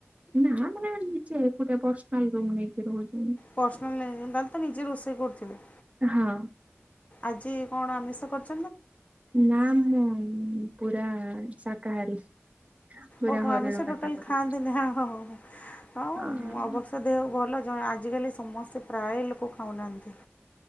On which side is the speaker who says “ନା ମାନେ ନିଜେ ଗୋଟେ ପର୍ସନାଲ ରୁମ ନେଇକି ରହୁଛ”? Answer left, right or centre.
Right